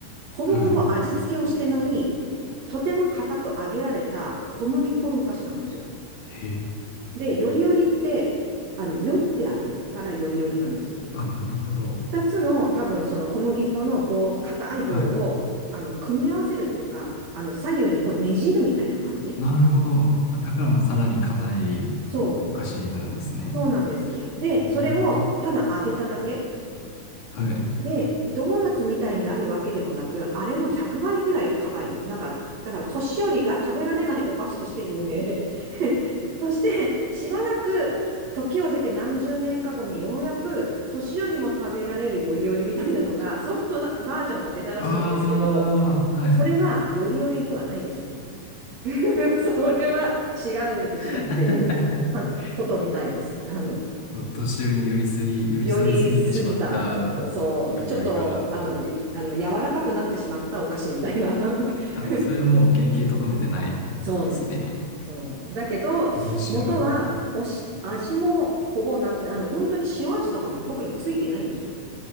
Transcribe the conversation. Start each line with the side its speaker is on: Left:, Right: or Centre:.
Right: ほぼほぼ味付けをしてない、
Left: はい。
Right: とても硬く揚げられた小麦粉のお菓子なんですよ。
Left: へ
Right: で、よりよりって、
Left: ー。
Right: あの、よってあるからよりよりなんです。
Left: あ、なるほど。
Right: 二つの多分その小麦粉の棒、硬い棒を、
Left: はい。
Right: あの、組み合わせるっていうか、あの、左右にこうねじるみたいな感じ
Left: なるほど。あ、だからもうさらに硬いお菓子になるんですね。
Right: そう。そうなんです。で、
Left: へー。
Right: それをただ揚げただけ
Left: はい。
Right: で、ドーナツみたいになるわけでもなく、あれの100倍ぐらい硬い。なんか、だから年寄りが食べられないお菓子として有名。<laughs> そして、しばらく時を経て何十年か後にようやく年寄りも食べられるよりよりみたいなのがソフトなバージョンが出たらしいんですけど、
Left: ああ、はい。
Right: それはよりよりではないですね。<laughs> それは違うでしょっていうはことみたいです。
Left: <laughs>
Right: あの、
Left: お年寄りに寄り添い、寄り添いすぎてしまったよりよりが、
Right: より過ぎた、そう、ちょっと、あの、ゆあの、柔らかくなってしまったお菓子みたいな。<laughs>
Left: あ、もうそれもう原型とどめてないですね。
Right: そうです。そう。だけど、
Left: 面白い。
Right: 元は、おし、味もほぼな、あの、本当に塩味とかも特についてないんですよ。